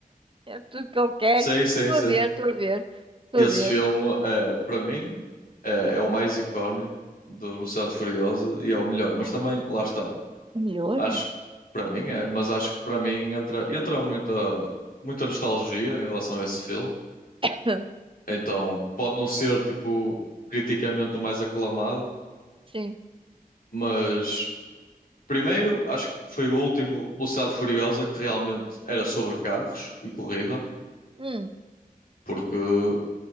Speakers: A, on the right; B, on the left.
A: É tudo que eu quero.
B: sim sim
A: Estou
B: sim
A: a ver, estou a ver, estou
B: esse
A: a ver.
B: filme é para mim é, é o mais icónico da Velocidade Furiosa e é o melhor mas também lá está
A: Melhor?
B: acho para mim é mas acho que para mim entra entra muita muita nostalgia em relação a esse filme
A: <laughs>
B: então pode não ser tipo criticamente o mais aclamado
A: Sim.
B: Mas primeiro, acho que foi o último Velocidade Furiosa que realmente era sobre carros e corrida,
A: Hum,
B: porque,